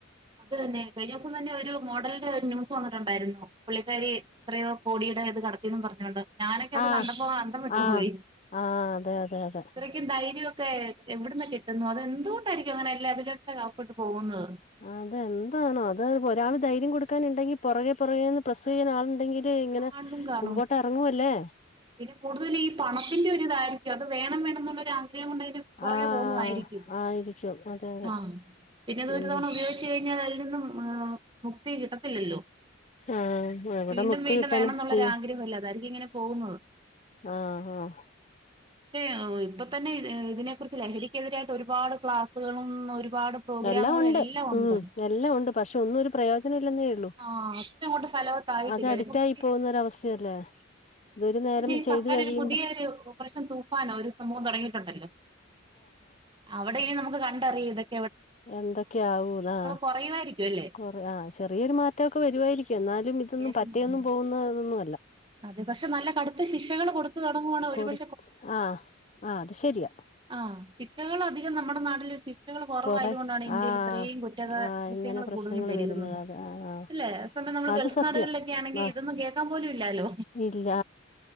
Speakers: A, on the right; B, on the left.
A: അത് തന്നെ കഴിഞ്ഞസം തന്നെ ഒരു മോഡലിന്റെ കാര്യം ന്യൂസിൽ തോന്നിട്ടുണ്ടായിരുന്നു പുള്ളിക്കാരി എത്രയോ കോടിയുടെ ഇത് കടത്തിന്ന് പറഞ്ഞോണ്ട് ഞാനൊക്കെ അത്
B: ആഹ്
A: കണ്ടപ്പോ അന്തം വിട്ടു
B: ആഹ്
A: പോയി
B: ആഹ് അതെ അതെ അതെ
A: ഇത്രയ്ക്കും ധൈര്യൊക്കെ എവിടന്ന് കിട്ടുന്നു അത് എന്തുകൊണ്ടായിരിക്കും അങ്ങനെല്ല അതിലൊക്ക അകപ്പെട്ടു പോകുന്നത്
B: അതെന്താണോ അത് ഒരാൾ ധൈര്യം കൊടുക്കാനുണ്ടെങ്കി പുറകെ പുറകേന്ന് പ്രസ്സ് ചെയ്യാൻ ആളുണ്ടെങ്കിൽ ഇങ്ങനെ
A: ആണിനും കാണും
B: മുമ്പോട്ട് ഇറങ്ങുവല്ലേ
A: പിന്നെ കൂടുതൽ ഈ പണത്തിന്റെ ഒരിതായിരിക്കും അത് വേണം വേണം എന്നുള്ള ഒരാഗ്രഹം അ കൊണ്ട്തിന് കുറേ
B: ആഹ്
A: പോകന്നതയിരിക്കും
B: ആയിരിക്കും അതെ അതെ
A: ആഹ പിന്നെത്
B: ഉം
A: ഒരു തവണ ഉപയോഗിച്ചു കഴിഞ്ഞാൽ അതിൽ നിന്നും മുക്തി കിട്ട ല്ലോ
B: ആഹ് എവിടെ
A: വീണ്ടും
B: മുക്തി
A: വീണ്ടും
B: കിട്ടാന
A: വേണം എന്നുള്ളൊ
B: ചെയ്യ
A: ആഗ്രഹല്ല അതായിരിക്കും ഇങ്ങനെ പോകുന്നത്
B: ആഹ് ആഹ്
A: പക്ഷെ ഇപ്പൊ തന്നെ അതിനെക്കുറിച്ച് ലഹരിക്കെതിരായിട്ട് ഒരുപാട് ക്ലാസ്സുകളും ഒരുപാട് പ്രോഗ്രാമുകളും
B: എല്ലാം ഉണ്ട്
A: ഉണ്ട്
B: ഉം എല്ലാം ഉണ്ട് പക്ഷെ ഒന്നും ഒരു പ്രയോജനം ഇല്ലെന്ന് ഉള്ളു
A: ആഹ് അത്ര അങ്ങോട്ട് ഫലവത്തായിട്ടില്ല
B: അത് അഡിക്റ്റായി
A: അല്ലെങ്കി
B: പോകുന്നൊരവസ്ഥയല്ലേ ഇതൊരു നേരം
A: മറ്റേ
B: ചെയ്ത്
A: സർക്കാര്
B: കഴിയുമ്പോ
A: ഒരു പുതിയ ഒരു ഓപ്പറേഷൻ തൂഫാനോ ഒരു സംഭവം തുടങ്ങിയിട്ടുണ്ടല്ലോ അവിടെ ഇ നമുക്ക് കണ്ടറിയതക്കെ
B: എന്തൊക്കെയ ആകും ആ
A: കുറയുമായിരിക്കും അല്ലേ
B: കൊറ ആ ചെറിയൊരു മാറ്റമൊക്കെ വരുവായിരിക്കും എന്നാലും
A: മതിയായിരുന്നു
B: ഇതൊന്നും പറ്റയൊന്നും
A: ആദ്യം
B: പോകുന്ന ഇതൊന്നുമല്ല
A: അത് പക്ഷെ നല്ല കടുത്ത ശിക്ഷകള് കൊടുത്തു
B: കൊടു ആഹ് ആഹ് അത് ശരിയാ
A: ആഹ ശിക്ഷകൾ അധികം നമ്മുടെ നാട്ടില് ശി കുറവായത
B: കൊറെ
A: കൊണ്ടാണ് ഇന്ത്യയിൽ
B: ആഹ്
A: ഇത്രയും കുറ്റ
B: ആഹ്
A: കൃത്യങ്ങൾ
B: ഇങ്ങനെ പ്രശ്നങ്ങള്
A: കൂടുതലും പെരുകുന്നത്
B: വരുന്നത് അത് ആഹ് ആഹ്
A: അല്ലെ ഇ നമ്മൾ
B: അത്
A: ഗൾഫ്നാടുകളിലൊക്കെ
B: സത്യം
A: ആണെങ്ക
B: ആഹ്
A: ഇതൊന്ന കേൾക്കാൻ പോല ഇല്ലോ
B: ഇല്ല